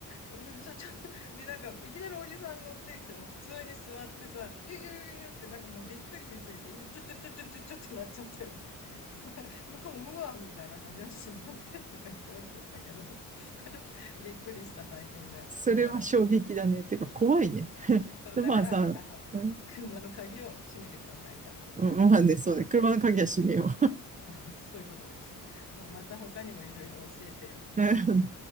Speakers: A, on the left (about 55°); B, on the right (about 25°).
A: うんちょ、ちょっと、で、なんか、いきなりおじさん乗ってきてさ、普通に座ってさ、ゆゆゆゆってなんかもうびっくりしすぎて、いやちょちょちょちょちょちょってなっちゃったよね。<laughs> 向こうも、うわみたいな感じで、すいませんとか言って降りてったけど、<laughs> びっくりした体験だよ。
B: それは衝撃だね。
A: だから、
B: てか、怖いね。<laughs>
A: そうだから、
B: で、まあさ、
A: あの、
B: うん
A: 車の鍵を閉めてください、ちゃんと。
B: うん、まあね、そうね。車の鍵は閉めよ
A: <laughs> そういうことです。もうまた他にもいろいろ教えてよ。
B: う。<laughs>